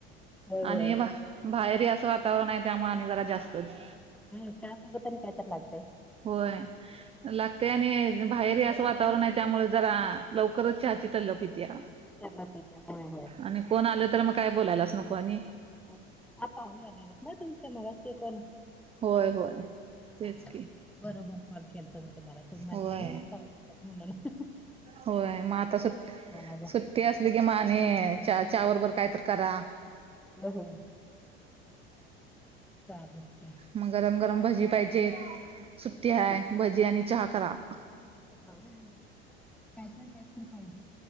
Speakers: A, in the centre; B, on the right (about 20°).
A: होय
B: आणि
A: होय
B: म बाहेरी आसं वातावरण आहे त्यामुळे आणि जरा जास्तच.
A: हम्म चहा सोबत आणि काय तर लागतंय.
B: होय लागते आणि बाहेरया वातावरण आहे त्यामुळं जरा लवकरच चहाची तल्लप. पित्या
A: त्यांना पिते होय होय.
B: आणि कोण आल तर म काय बोलायलाच नको आणि
A: हो पाहणेवे <unintelligible> त ना तुमच्या मग कोण
B: होय होय. तेच
A: हा
B: की
A: बरोबर कॉल केलतो मी तुम्हाला त म्हटलं
B: होय
A: नाही ना. <unintelligible>
B: होय मग आता सुट
A: माझ्या
B: सुट ट्टी असली की म आणि च्या च्या बरोबर काय तर करा.
A: हो होय चालेल. की.
B: म गरम गरम भजी पाहिजेत सुट्टी
A: हम्म
B: हाय भजी आणि चहा करा.
A: हां काहीतरी त्यातून फायदे.